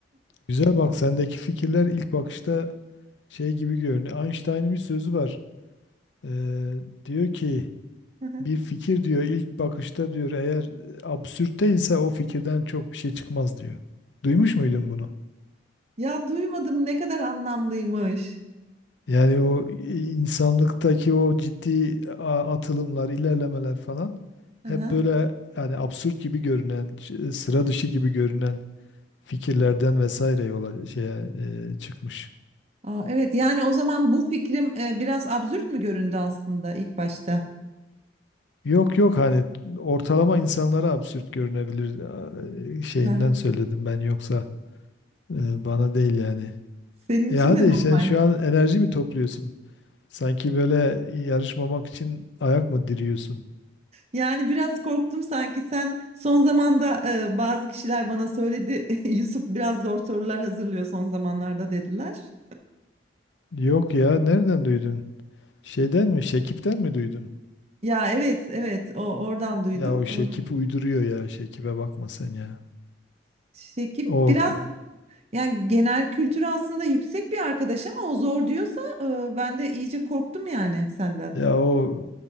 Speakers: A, on the left; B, on the right.
A: Güzel bak sendeki fikirler ilk bakışta şey gibi görünüyor. Einstein'ın bir sözü var. Ee, diyor ki
B: Hı hı.
A: bir fikir diyor ilk bakışta diyor eğer absürtte ise o fikirden çok bir şey çıkmaz diyor. Duymuş muydun bunu?
B: Ya duymadım ne kadar anlamlıymış.
A: Yani o e, insanlıktaki o ciddi a- atılımlar, ilerlemeler falan
B: Hı
A: hep
B: hı.
A: böyle yani absürt gibi görünen, ç- e, sıra dışı gibi görünen fikirlerden vesaire yola şeye e, çıkmış.
B: Aa, evet yani o zaman bu fikrim e, biraz absürt mü göründü aslında ilk başta?
A: Yok yok hani ortalama insanlara absürt görünebilir a- e, şeyinden
B: Hı hı.
A: söyledim ben yoksa e, bana değil yani.
B: Senin
A: E
B: için
A: hadi
B: de normal.
A: sen şu an enerji mi topluyorsun? Sanki böyle yarışmamak için ayak mı diriyorsun?
B: Yani biraz korktum sanki sen son zamanda e, bazı kişiler bana söyledi <laughs> Yusuf biraz zor sorular hazırlıyor son zamanlarda dediler.
A: Yok ya nereden duydun? Şeyden mi? Şekip'ten mi duydun?
B: Ya evet evet o oradan duydum.
A: Ya o Şekip
B: Ee,
A: uyduruyor ya. Şekip'e bakma sen ya.
B: Şekip
A: O
B: biraz yani genel kültürü aslında yüksek bir arkadaş ama o zor diyorsa e, ben de iyice korktum yani senden.
A: ya o